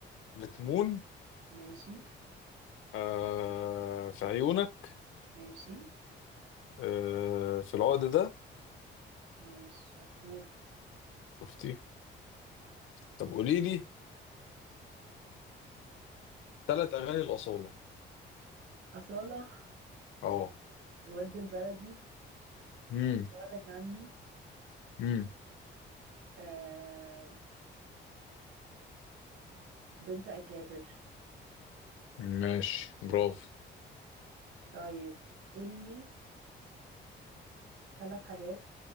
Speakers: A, on the left; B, on the right.
A: بتمون
B: ماشي
A: أه في عيونك
B: ماشي
A: أه في العقد ده
B: ماشي شطور
A: شفتي طب قولي لي ثلاث أغاني الأصالة
B: أصالة
A: اه
B: الورد البلدي
A: امم
B: وعدك عني
A: امم
B: آه... بنت أكابر
A: ماشي برافو
B: طيب قولي ثلاث حاجات